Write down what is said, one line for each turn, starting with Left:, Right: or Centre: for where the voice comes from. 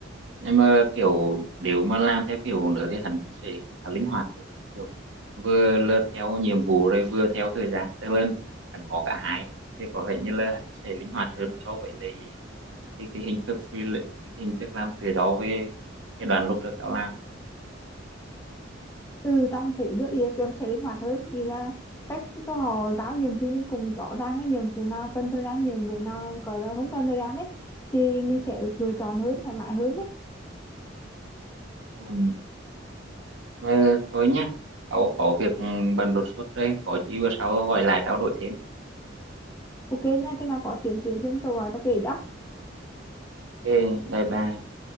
Right: nhưng mà kiểu nếu mà làm theo kiểu nữa thì hắn cũng sẽ khá linh hoạt thì kiểu vừa là theo nhiệm vụ rồi vừa theo thời gian tức là hắn có cả hai thì có vẻ như là hắn sẽ linh hoạt hơn so với lại cái cái hình thức free cái, cái hình thức làm tự do về cái đoàn lúc trước tao làm
Left: ừ tao thấy được ý là kiểu sẽ linh hoạt hơn nghĩa là cách có họ giao nhiệm vụ mình cùng rõ ràng cái nhiệm vụ nào cần thời gian nhiệm vụ nào gọi là không cần thời gian đấy thì mình sẽ được lựa chọn hơn thoải mái hơn đấy
Right: Ừ. Ờ, thôi nhá, tao có việc ừ, bận đột xuất đây, có gì bữa sau tao gọi lại tao đổi thêm.
Left: ok nha khi nào có tiến triển thêm tao gọi tao kể cho
Right: Ok, bye bye.